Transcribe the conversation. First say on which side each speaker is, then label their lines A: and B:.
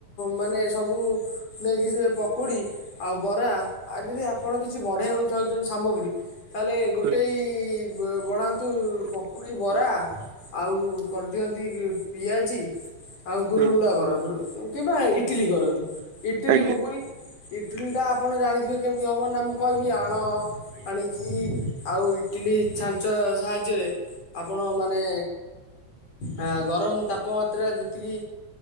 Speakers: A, on the left; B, on the right.
A: ମାନେ ସବୁ ନେଇକି ଯିବେ ପକୁଡ଼ି ଆଉ ବରା ଆଉ ଯଦି ଆପଣ କିଛି ବଢେଇକୁ ଚାହୁଛନ୍ତି ସାମଗ୍ରୀ ତାହେଲେ ଗୋଟେ
B: ହୁଁ ହୁଁ
A: ବଢ଼ାନ୍ତୁ ପକୁଡ଼ି ବରା ଆଉ କରିଦିଅନ୍ତି ପିଆଜି ଆଉ ଗୁଲଗୁଲା
B: ହୁଁ,
A: କରନ୍ତୁ କିମ୍ବା ଇଟିଲି କରନ୍ତୁ। ଇଟିଲି
B: ଆଜ୍ଞା। ଆଜ୍ଞା ହୁଁ, ଆଜ୍ଞା ହୁଁ ହୁଁ
A: ଘୁଗୁନି
B: ହୁଁ
A: ଇଟିଲିଟା ଆପଣ ଜାଣିଥିବେ କେମିତି ହେବ ନା ମୁଁ କହିବି, ଆଣ ଆଣିକି ଆଉ ଇଟିଲି ଛାଞ୍ଚ ସାହାଯ୍ୟରେ ଆପଣ ମାନେ ଆ ଗରମ ତାପମାତ୍ରା ଏତିକି